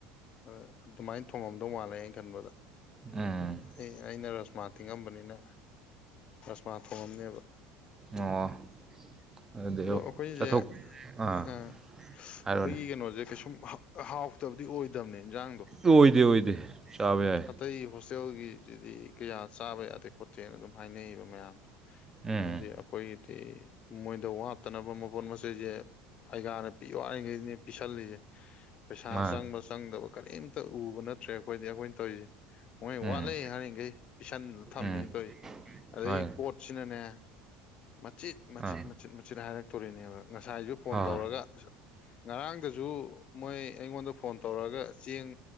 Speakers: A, on the left (about 45°); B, on the right (about 20°).
A: ꯑ ꯑꯗꯨꯃꯥꯏꯅ ꯊꯣꯡꯉꯝꯗꯧ ꯃꯥꯜꯂꯦ ꯑꯩꯅ ꯈꯟꯕꯗ
B: ꯎꯝ
A: ꯑꯩ ꯑꯩꯅ ꯔꯁꯃꯥ ꯇꯤꯡꯉꯝꯕꯅꯤꯅ ꯄ ꯊꯣꯡꯉꯝꯅꯦꯕ
B: ꯑꯣ ꯑꯗꯨꯗꯤ
A: ꯑꯗꯣ ꯑꯩꯈꯣꯏꯁꯦ
B: ꯆꯠꯊꯣꯛ ꯑꯥ
A: ꯑꯩꯈꯣꯏꯒꯤ
B: ꯍꯥꯏꯔꯣꯅꯦ
A: ꯀꯩꯅꯣꯁꯦ ꯀꯩꯁꯨꯝ ꯍꯥꯎꯇꯕꯗꯤ ꯑꯣꯏꯗꯕꯅꯦ ꯏꯟꯖꯥꯡ
B: ꯑꯣꯏꯗꯦ ꯑꯣꯏꯗꯦ ꯆꯥꯕ ꯌꯥꯏ
A: ꯑꯇꯩ ꯍꯣꯁꯇꯦꯜꯒꯤꯁꯤꯗꯤ ꯀꯌꯥ ꯆꯥꯕ ꯌꯥꯗꯦ ꯈꯣ ꯆꯦꯅ ꯑꯗꯨꯝ ꯍꯥꯏꯅꯩꯌꯦꯕ ꯃꯌꯥꯝ
B: ꯎꯝ
A: ꯍꯥꯏꯗꯤ ꯑꯩꯈꯣꯏ ꯑ ꯃꯣꯏꯗ ꯋꯥꯠꯇꯅꯕ ꯃꯄꯣꯠ ꯃꯆꯩꯁꯦ ꯑꯩꯒꯥꯅ ꯄꯤꯌꯨ ꯍꯥꯏ ꯁꯦ ꯄꯤꯁꯜꯂꯤꯁꯦ ꯄꯩꯁ
B: ꯃꯥ
A: ꯆꯪꯕ ꯆꯪꯗꯕ ꯀꯔꯤꯝꯇ ꯎꯕ ꯅꯠꯇ꯭ꯔꯦ ꯑꯩꯈꯣꯏꯗꯤ ꯑꯩꯈꯣꯏꯅ ꯇꯧꯔꯤꯁꯦ ꯃꯣꯏ ꯋꯥꯠꯂꯦ
B: ꯎꯝ
A: ꯍꯥꯏꯔꯤꯈꯩ ꯄꯤꯁꯟꯂ ꯊꯝꯃꯤꯅꯦ
B: ꯎꯝ
A: ꯇꯧꯔꯤꯁꯦ ꯑꯗꯩ
B: ꯍꯣꯏ
A: ꯄꯣꯠ ꯁꯤꯅꯅꯦ ꯃꯆꯤꯠ ꯃꯆꯤꯠ
B: ꯑꯥ
A: ꯃꯆꯤꯠ ꯃꯆꯤꯠ ꯍꯥꯏꯔꯛꯇꯣꯔꯤꯅꯦꯕ ꯉꯁꯥꯏꯁꯨ ꯐꯣꯟ
B: ꯍꯣꯏ
A: ꯇꯧꯔꯒ ꯉꯔꯥꯡꯗꯁꯨ ꯃꯣꯏ ꯑꯩꯉꯣꯟꯗ ꯐꯣꯟ ꯇꯧꯔꯛꯑꯒ ꯆꯦꯡ